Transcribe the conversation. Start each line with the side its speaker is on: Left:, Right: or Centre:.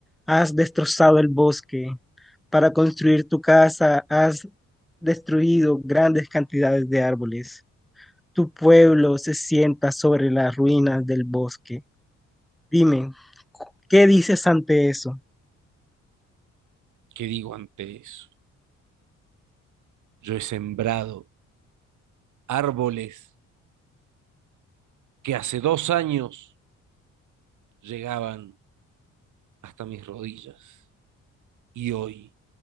Centre: has destrozado el bosque, para construir tu casa, has destruido grandes cantidades de árboles. Tu pueblo se sienta sobre las ruinas del bosque. Dime, ¿qué dices ante eso?
Right: ¿Qué digo ante eso? Yo he sembrado árboles que hace dos años llegaban hasta mis rodillas y hoy